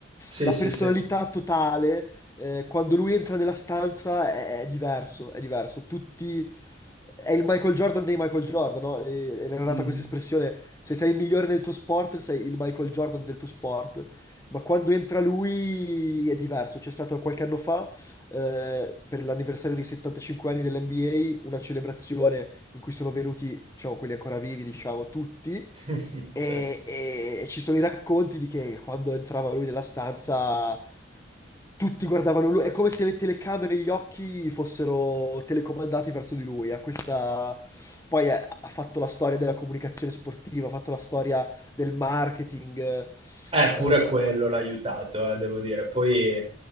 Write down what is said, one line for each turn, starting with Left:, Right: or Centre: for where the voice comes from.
Right: sì,
Left: la
Right: sì,
Left: personalità
Right: sì.
Left: totale, eh, quando lui entra nella stanza è, è diverso, è diverso. Tutti, è il Michael Jordan dei Michael Jordan, no? E, ed era nata
Right: Mm.
Left: questa espressione, se sei il migliore del tuo sport, sei il Michael Jordan del tuo sport. Ma quando entra lui è diverso. C'è stato qualche anno fa, eh, per l'anniversario dei 75 anni dell'NBA, una celebrazione in cui sono venuti, diciamo, quelli ancora vivi, diciamo, tutti,
Right: <laughs>
Left: e,
Right: Sì.
Left: e- e ci sono i racconti di che quando entrava lui nella stanza tutti guardavano lui, è come se le telecamere e gli occhi fossero telecomandati verso di lui, ha questa... Poi eh, ha fatto la storia della comunicazione sportiva, ha fatto la storia del marketing, eh,
Right: Eh, pure
Left: eh,
Right: quello l'ha aiutato, eh, devo dire. Poi,